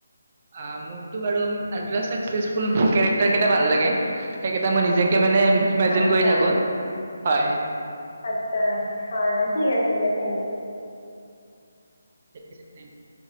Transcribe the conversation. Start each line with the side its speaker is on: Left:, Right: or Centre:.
Right: অ মোৰতো বাৰু আল্টা চাকচেচফুল মানু্হ কেৰেক্টাৰ কেইটা ভাল লাগে সেইকেইটা মই নিজকে মানে ইমাজিন
Left: আচ্ছা
Right: কৰি থাকো হয়
Left: আচ্ছা হয় হয় ঠিক আছে দিয়া থেংক ইউ
Right: থিক আছে থেংক ইউ